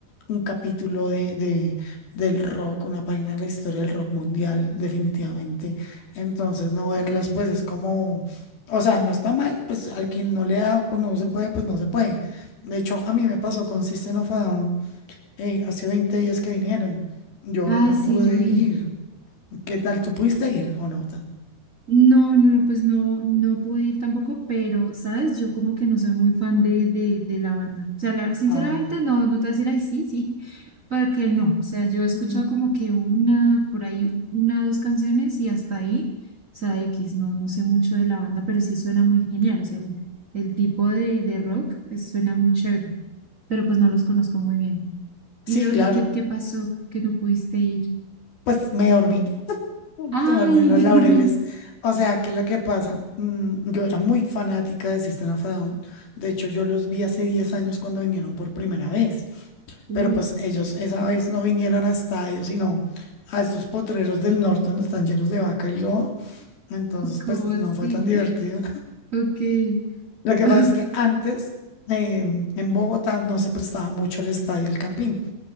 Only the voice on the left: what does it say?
un capítulo de, de- del rock, una página de la historia del rock mundial, definitivamente. Entonces, no verlas,
pues es como, o sea, no está mal, pues al quien no le da, pues no se puede, pues no se puede. De hecho, a mí me pasó con System of a Down eh, hace 20 días que vinieron. Yo
no
pude
ir. ¿Qué tal? ¿Tú pudiste ir o no? Tan-
Ah,
no.
Sí,
claro.
Pues me dormí,
me dormí en los
laureles. O sea, ¿qué es lo que pasa? Mm, yo era muy fanática de System of a Down. De hecho, yo los vi hace 10 años cuando vinieron por primera vez.
Pero pues ellos esa vez no vinieron a estadios, sino a estos potreros del norte donde están llenos de vaca y lodo. Entonces, pues
no
fue tan divertido.
<laughs> Lo que
pasa
es que antes, eh, en Bogotá, no se prestaba mucho el estadio El Campín.